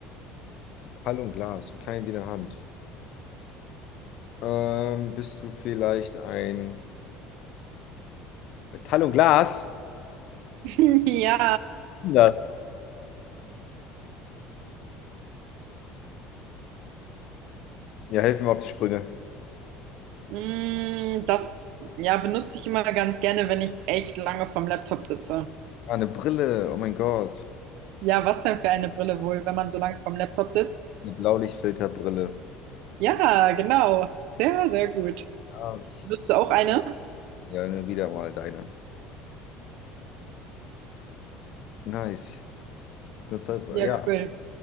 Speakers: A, on the left; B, on the right.
A: Metall und Glas, so klein wie eine Hand. Ähm, bist du vielleicht ein Metall und Glas?
B: <laughs> Ja,
A: Das. Ja, helf mir mal auf die Sprünge.
B: mm, das ja, benutze ich immer ganz gerne, wenn ich echt lange vom Laptop sitze.
A: Ah, eine Brille. Oh mein Gott.
B: Ja, was denn für eine Brille wohl, wenn man so lange vom Laptop sitzt?
A: Eine Blaulichtfilterbrille.
B: Ja, genau. Sehr, sehr gut.
A: Ah, das-
B: Benutzt du auch eine?
A: Ja, nur wieder mal deine. Nice. Ich nutze,
B: Ja,
A: ja,
B: cool.